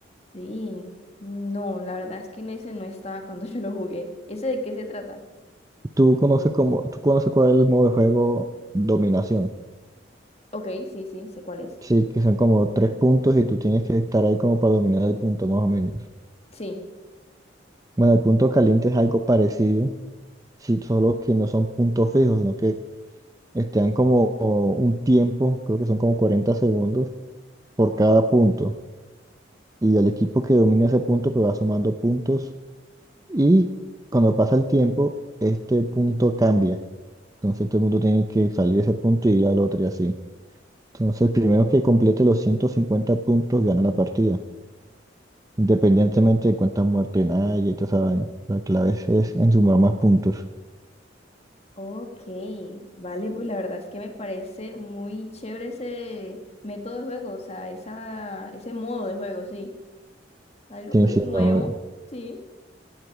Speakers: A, on the left; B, on the right.
A: Sí, no, la verdad es que en ese no estaba cuando <laughs> yo lo jugué. ¿Ese de qué se trata?
B: ¿Tú conoces como, tú conoces cuál es el modo de juego dominación?
A: Ok, sí, sí, sé cuál es.
B: Sí, que son como tres puntos y tú tienes que estar ahí como para dominar el punto más o menos.
A: Sí.
B: Bueno, el punto caliente es algo parecido, sí, solo que no son puntos fijos, sino que están como como un tiempo, creo que son como 40 segundos por cada punto. Y el equipo que domina ese punto pues va sumando puntos Y cuando pasa el tiempo, este punto cambia. Entonces todo el mundo tiene que salir de ese punto y ir al otro y así. Entonces el primero que complete los 150 puntos gana la partida, independientemente de cuántas muertes haya y toda esa vaina. La clave es, es en sumar más puntos.
A: Ok, vale, pues la verdad es que me parece muy chévere ese método de juego, o sea, esa, ese modo de juego, sí. Algo
B: Sí,
A: pues
B: sí,
A: nuevo,
B: no,
A: sí.